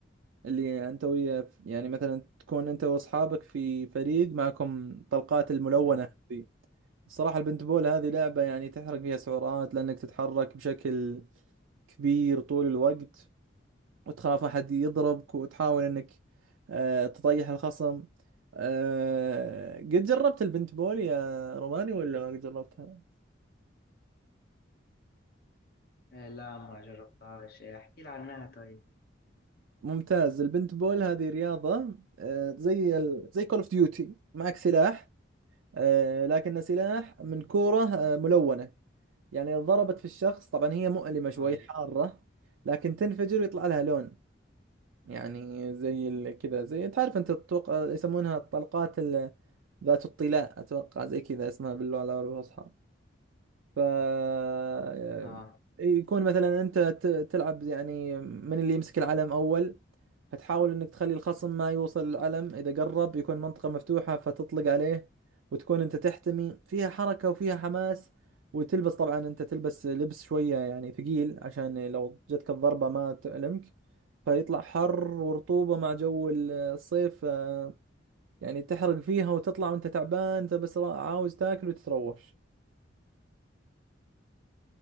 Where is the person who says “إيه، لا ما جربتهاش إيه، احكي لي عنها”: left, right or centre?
Left